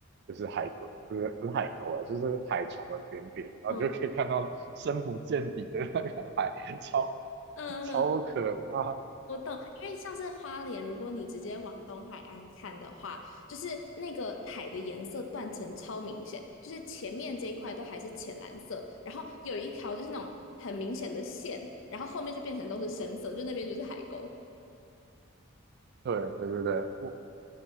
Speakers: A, on the right (about 50°); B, on the left (about 60°).
A: 就是海沟，不是不是海沟啊，就是海床的边边，然后你就可以看到深不见底的那个海，
B: 嗯
A: <laughs> 超
B: 嗯嗯，
A: 超可怕。
B: 我懂，因为像是花莲，如果你直接往东海岸看的话，就是那个海的颜色断层超明显，就是前面这一块都还是浅蓝色，然后有一条就是那种很明显的线，然后后面就变成都是深色，就那边就是海沟。
A: 对对对对，我